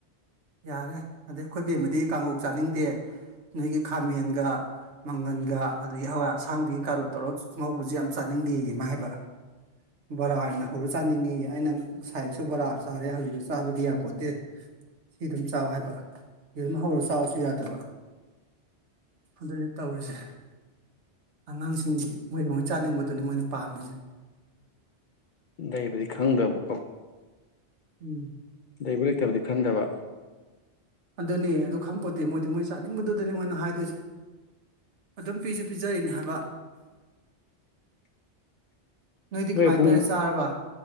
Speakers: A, on the right (about 80°); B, on the left (about 55°).
A: ꯌꯥꯔꯦ ꯑꯗꯩ ꯑꯩꯈꯣꯏꯕꯦꯝꯃꯗꯤ ꯀꯥꯡꯉꯧ ꯆꯥꯅꯤꯡꯗꯦ ꯅꯣꯏꯒꯤ ꯈꯥꯃꯦꯟꯒ ꯃꯪꯒꯟꯒ ꯑꯗꯒꯤ ꯍꯋꯥꯏ ꯑꯁꯥꯡꯕꯤ ꯀꯥꯔꯣ ꯇꯧꯔꯣ ꯑꯉꯧꯕꯁꯤ ꯌꯥꯝ ꯆꯥꯅꯤꯡꯗꯦ ꯏꯃ ꯍꯥꯏꯕ
B: <unintelligible>
A: ꯕꯣꯔꯥ ꯑꯣꯏꯅ ꯍꯧꯔ ꯆꯥꯅꯤꯡꯉꯤ ꯑꯩꯅ ꯁꯥꯏꯛꯁꯨ ꯕꯣꯔꯥ ꯆꯥꯔꯦ ꯍꯧꯖꯤꯛꯁꯨ ꯆꯥꯕꯗꯤ ꯌꯥꯄꯣꯠꯇꯦ ꯁꯤ ꯑꯗꯨꯝ ꯆꯥꯎ ꯍꯥꯏꯕ ꯁꯤ ꯑꯗꯨꯝ ꯍꯧꯔ ꯆꯥꯎꯔꯁꯨ ꯌꯥꯗꯕ ꯑꯗꯨꯅꯦ ꯇꯧꯔꯤꯁꯦ ꯑꯉꯥꯡꯁꯤꯡꯒꯤꯁꯤ ꯃꯣꯏ ꯃꯣꯏ ꯆꯥꯅꯤꯡꯕꯗꯨꯅꯤ ꯃꯣꯏꯅ ꯄꯥꯝꯃꯤꯁꯦ
B: ꯂꯩꯕꯗꯤ ꯈꯪꯗꯕꯀꯣ
A: ꯎꯝ
B: ꯂꯩꯕꯨ ꯂꯩꯇꯕꯗꯤ ꯈꯟꯗꯕ
A: ꯑꯗꯨꯅꯤ ꯑꯗꯨ ꯈꯪꯄꯣꯠꯇꯗꯤ ꯃꯣꯏꯗꯤ ꯃꯣꯏ ꯆꯥꯅꯤꯡꯕꯗꯨꯗꯅꯤ ꯃꯣꯏꯅ ꯍꯥꯏꯗꯣꯏꯁꯦ ꯑꯗꯨꯝ ꯄꯤꯁꯨ ꯄꯤꯖꯔꯤꯅꯤ ꯍꯥꯏꯕ
B: <unintelligible>
A: ꯅꯣꯏꯗꯤ
B: ꯅꯣꯏ
A: ꯀꯃꯥꯏꯅ
B: ꯄꯕꯨꯡ
A: ꯇꯧꯔꯦ ꯆꯥꯔꯕ